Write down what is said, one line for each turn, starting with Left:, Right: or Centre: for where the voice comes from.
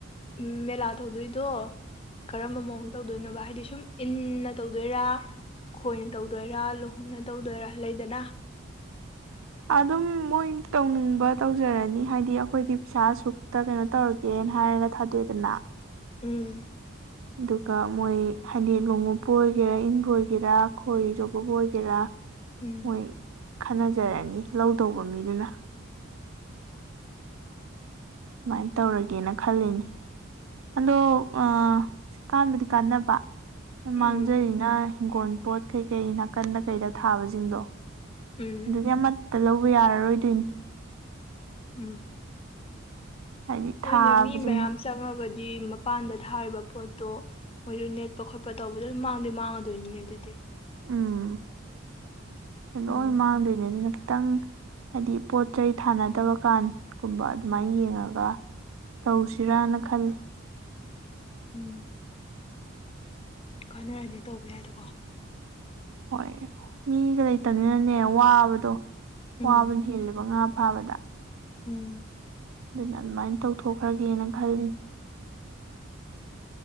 Left: ꯎꯝ ꯃꯦꯂꯥ ꯇꯧꯗꯣꯏꯗꯣ ꯀꯔꯝꯕ ꯃꯑꯣꯡ ꯇꯧꯗꯣꯏꯅꯣꯕ ꯍꯥꯏꯗꯤ ꯁꯨꯝ ꯏꯟꯅ ꯇꯧꯗꯣꯏꯔꯥ ꯈꯣꯏꯅ ꯇꯧꯗꯣꯏꯔꯥ ꯂꯣꯡꯍꯨꯝꯅ ꯇꯧꯗꯣꯏꯔꯥ ꯂꯩꯗꯅ
Right: ꯑꯗꯨꯝ ꯃꯣꯏ ꯇꯧꯅꯤꯡꯕ ꯇꯧꯖꯔꯅꯤ ꯍꯥꯏꯗꯤ ꯑꯩꯈꯣꯏꯗꯤ ꯄꯩꯁꯥ ꯑꯁꯨꯛꯇ ꯀꯩꯅꯣ ꯇꯧꯔꯒꯦꯅ ꯍꯥꯏꯔꯒ ꯊꯥꯗꯣꯛꯑꯦꯗꯅ
Left: ꯎꯝ
Right: ꯑꯗꯨꯒ ꯃꯣꯏ ꯍꯥꯏꯗꯤ ꯂꯣꯡꯎꯞꯄꯨ ꯑꯣꯏꯒꯦꯔꯥ ꯏꯟꯕꯨ ꯑꯣꯏꯒꯦꯔꯥ ꯈꯣꯏ ꯆꯣꯞꯄꯕꯨ ꯑꯣꯏꯒꯦꯔꯥ
Left: ꯎꯝ
Right: ꯃꯣꯏ ꯈꯟꯅꯖꯔꯅꯤ ꯂꯧꯗꯧꯕ ꯃꯤꯗꯨꯅ ꯗꯨꯃꯥꯏ ꯇꯧꯔꯒꯦꯅ ꯈꯜꯂꯤꯅꯤ ꯑꯗꯣ ꯑꯥ ꯁꯤ ꯀꯥꯟꯕꯨꯗꯤ ꯀꯥꯟꯅꯕ
Left: ꯎꯝ
Right: ꯃꯥꯡꯖꯩꯅ ꯏꯤꯡꯒꯣꯜ ꯄꯣꯠ ꯀꯩ ꯀꯩ ꯅꯥꯀꯟꯗ ꯀꯩꯗ ꯊꯥꯕꯁꯤꯡꯗꯣ
Left: ꯎꯝ
Right: ꯑꯗꯨꯗꯤ ꯑꯃꯠꯇ ꯂꯧꯕ ꯌꯥꯔꯔꯣꯏꯗꯣꯏꯅꯤ
Left: ꯎꯝ
Right: ꯍꯥꯏꯗꯤ
Left: ꯍꯣꯏꯅꯦ
Right: ꯊꯥꯕꯁꯤꯡ
Left: ꯃꯤ ꯃꯌꯥꯝ ꯆꯪꯉꯒꯗꯤ ꯃꯄꯥꯟꯗ ꯊꯥꯔꯤꯕ ꯄꯣꯠꯇꯣ ꯃꯣꯏꯗꯨ ꯅꯦꯠꯄ ꯈꯣꯠꯄ ꯇꯧꯕꯗ ꯑꯗꯨꯝ ꯃꯥꯡꯗꯤ ꯃꯥꯡꯉꯗꯣꯏꯅꯤꯅꯦ ꯑꯗꯨꯗꯤ
Right: ꯎꯝ ꯂꯣꯏ
Left: ꯎꯝ
Right: ꯃꯥꯡꯗꯣꯏꯅꯦ ꯑꯗꯨꯅ ꯈꯤꯇꯪ ꯍꯥꯏꯗꯤ ꯄꯣꯠ ꯆꯩꯩ ꯊꯥꯅꯗꯕ ꯀꯥꯟꯒꯨꯝꯕ ꯑꯗꯨꯃꯥꯏꯅ ꯌꯦꯡꯉꯒ ꯇꯧꯁꯤꯔꯅ ꯈꯜꯂꯤ
Left: ꯎꯝ ꯀꯥꯟꯅꯔꯗꯤ ꯇꯧꯕ ꯌꯥꯏꯗꯀꯣ
Right: ꯍꯣꯏ ꯃꯤꯒ ꯂꯩꯇꯕꯅꯤꯅꯅꯦ ꯋꯥꯕꯗꯣ
Left: ꯎꯝ
Right: ꯋꯥꯕꯅ ꯍꯦꯜꯂꯦꯕ ꯉꯥ ꯐꯥꯕꯗ
Left: ꯎꯝ
Right: ꯑꯗꯨꯅ ꯑꯗꯨꯃꯥꯏꯅ ꯇꯧꯊꯣꯛꯈ꯭ꯔꯒꯦꯅ ꯈꯜꯂꯤ